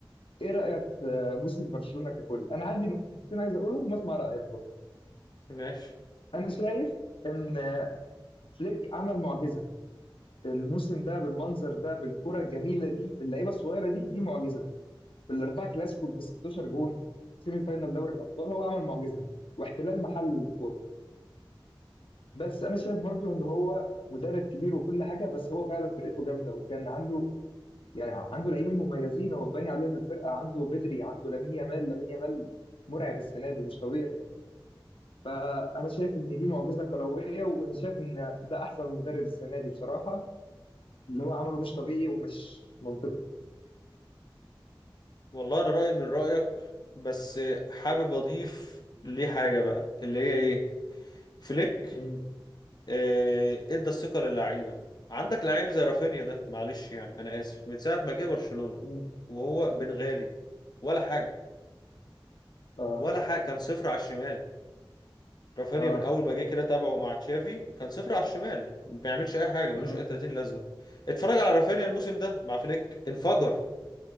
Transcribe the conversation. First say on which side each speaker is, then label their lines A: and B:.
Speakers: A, on the left; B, on the left.
A: ايه رايك في موسم برشلونه ككل انا عندي نقطتين عايز اقولهم واسمع رايك برضه
B: ماشي
A: انا شايف ان فليك عمل معجزه الموسم ده بالمنظر ده بالكره الجميله دي باللعيبه الصغيره دي دي معجزه بالاربعه كلاسيكو ب 16 جون سيمي فاينال دوري الابطال هو عمل معجزه واحتلال محلي للكوره بس انا شايف برضو ان هو مدرب كبير وكل حاجه بس هو فعلا فرقته جامده وكان عنده يعني عنده لاعبين مميزين هو باني عليهم الفرقه عنده بدري عنده لامين يامال لامين يامال مرعب السنه دي مش طبيعي فانا شايف ان دي معجزه كرويه وانا شايف ان ده احسن مدرب السنه دي بصراحه اللي هو عمله مش طبيعي ومش منطقي
B: والله انا رايي من رايك بس حابب اضيف ليه حاجه بقى اللي هي ايه فليك
A: مم.
B: آه، ادى الثقه للعيبه عندك لعيب زي رافينيا ده معلش يعني انا اسف من ساعه ما جه برشلونه
A: مم.
B: وهو بنغالي ولا حاجه
A: اه
B: ولا حاجه كان صفر على الشمال رافينيا
A: اه
B: من اول ما جه كده تابعه مع تشافي كان صفر على الشمال ما بيعملش اي حاجه ملوش
A: مم.
B: اي 30 لازمه اتفرج على رافينيا الموسم ده مع فليك انفجر